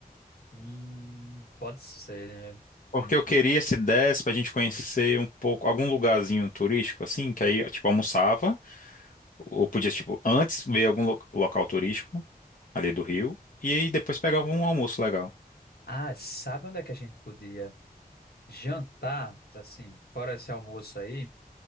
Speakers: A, on the left (about 85°); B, on the left (about 55°).
A: Hum, pode ser.
B: Porque eu queria, se desse, pra gente conhecer um pouco, algum lugarzinho turístico, assim, que aí, tipo, almoçava, ou podia, tipo, antes ver algum lo- local turístico ali do Rio, e aí depois pegava um almoço legal.
A: Ah, sabe onde é que a gente podia? Jantar, assim, fora esse almoço aí,